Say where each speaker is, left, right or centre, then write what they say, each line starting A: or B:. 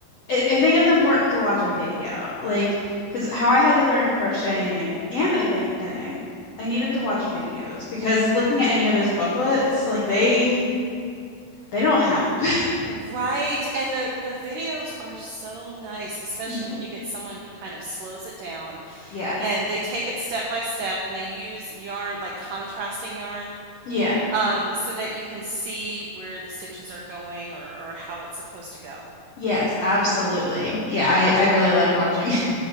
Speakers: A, on the left; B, on the right.
A: I I think it's important to watch a video. Like, because how I had to learn crocheting and I think knitting, I needed to watch videos because looking at any of those booklets, like they they don't help. <laughs>
B: Right, and the the videos are so nice, especially
A: hmm
B: when you get someone who kind of slows it down
A: Yeah.
B: and they take it step by step and they use yarn, like contrasting yarn,
A: Yeah.
B: um, so that you can see where the stitches are going or, or how it's supposed to go.
A: Yes, absolutely. Yeah, I I really like watching <laughs>